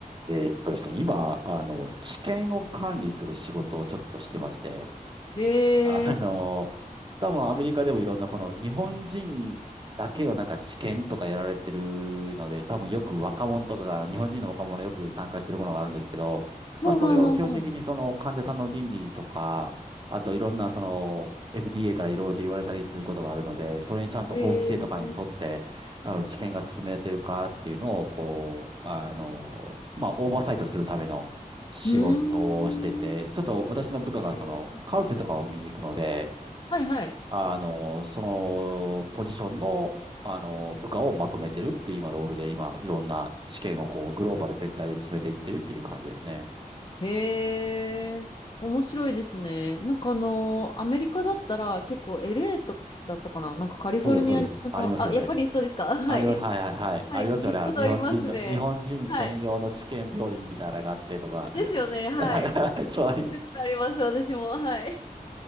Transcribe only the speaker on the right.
えーっとですね、今、あの、治験を管理する仕事をちょっとしてまして、
あの、多分アメリカでもいろんなこの日本人だけのなんか知見とかやられてるので、多分よく若者とかが、あの日本人の若者よく参加してるものがあるんですけど、
まあそれを基本的にその患者さんの倫理とか、あといろんなその FDA からいろいろと言われたりすることがあるので、それにちゃんと法規制とかに沿って、
あの、知見が進められてるかっていうのを、こう、あの、まあ、オーバーサイトするための、仕事をしてて、
ちょっと私の部下がそのカルテとかを見に行くので、
あの、そのポジションの、あの、部下をまとめてるっていう今ロールで今いろんな知験をこうグローバル全体で進めていってるっていう感じですね。
うん
そうです、そうです。
ありますよね。
あります。はいはいはい。
ありますよね。
あの日本人の、日本人専用の治験病院みたいなのがあってとか。
<laughs>
はいはいはいそう